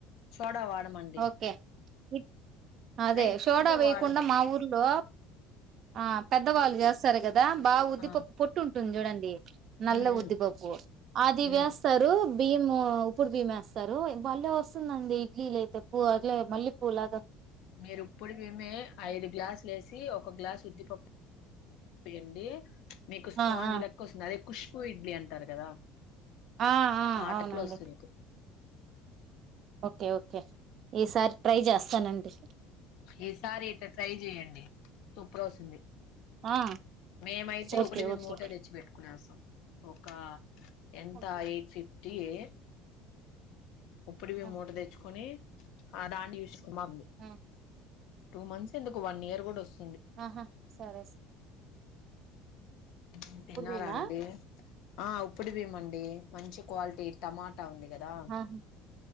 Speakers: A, on the left; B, on the right.
A: సోడా వాడమండి
B: ఓకే ఇప్ అదే
A: లైట్
B: షోడా
A: గా
B: వేయకుండా
A: వాడ
B: మా ఊర్లో ఆ పెద్దవాళ్ళు చేస్తారు కదా బాగా ఉద్దిపప్పు
A: ఆ
B: పొట్టు ఉంటుంది చూడండి నల్ల
A: ఉమ్
B: ఉద్దిపప్పు
A: ఉమ్
B: ఆది
A: ఉమ్
B: వేస్తారు బియ్యము ఉప్పుడు బియ్యము వేస్తారు బళ్ళే వస్సుందండి. ఇడ్లీలు అయితే పూవ్ అట్లే మల్లె పూవ్ లాగా
A: మీరు ఇప్పుడి బియ్యమే ఐదు గ్లాసులు వేసి ఓ ఒక గ్లాస్ ఉద్దిపప్పు వేయ్యండి. ప్చ్ మీకు స్పాంజ్
B: ఆ ఆ
A: లెక్క వస్తుంది అదే కుష్బూ ఇడ్లీ అంటారు కదా
B: ఆ ఆ
A: ఆటకులో
B: అవునండి
A: వస్సుంది మీకు
B: ఓకే ఓకే ఈసారి ట్రై చేస్తానండి.
A: ఈసారి ఇట ట్రై చెయ్యండి సూపర్ వస్సుంది
B: ఆ
A: మేమైతే
B: ఓకే
A: ఉప్పడి బియ్యం
B: ఓకే
A: మూటే తెచ్చి పెట్టుకునే స్సాం ఒక ఎంత
B: ఓకే
A: ఎయిట్ ఫిఫ్టీ ఎ ఉప్పుడి బియ్యం
B: ఆ
A: మూట తెచ్చుకొని ఆ దాన్ని చూసేస్కోని మాగ్గ్
B: ఆ
A: టూ మంత్స్ ఎందుకు వన్ ఇయర్ కూడా వొస్
B: ఆహా సరే సా
A: మ్మ్ తిన్నారా
B: మేమా
A: అండి ఆ ఉప్పుడి బియ్యము అండి మంచి క్వాలిటీ టమాటా ఉంది. కదా
B: ఆహా